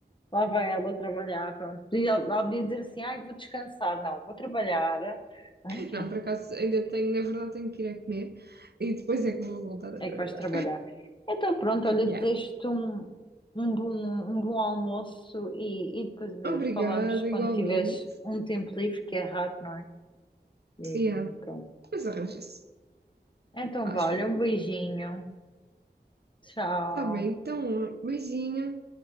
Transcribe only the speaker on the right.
<laughs>
Não, por acaso ainda tenho, na verdade, tenho que ir a comer e depois é que vou voltar a
trabalhar.
Yeah.
Obrigada,
igualmente.
Yeah,
mas arranja-se,
acho.
Está bem, então, ó, beijinho.